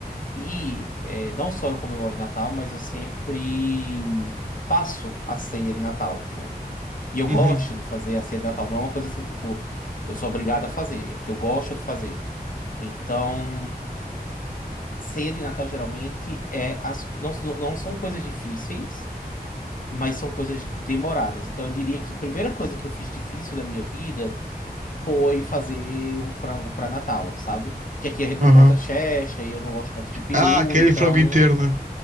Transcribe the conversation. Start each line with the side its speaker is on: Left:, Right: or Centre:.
Left: e é, não só eu comemoro Natal, mas eu sempre faço a ceia de Natal, né? E eu
Right: uhum,
Left: gosto de fazer a ceia de Natal. Não é uma coisa assim, tipo, eu sou obrigado a fazer, é porque eu gosto de fazer. Então, Ceia de Natal geralmente é as, não, não são coisas difíceis, mas são coisas demoradas. Então eu diria que a primeira coisa que eu fiz difícil da minha vida foi fazer um frango para Natal, sabe? Porque aqui a gente
Right: aham.
Left: encontra Chester e eu não gosto tanto de peru,
Right: Ah, aquele
Left: então
Right: frango inteiro, né?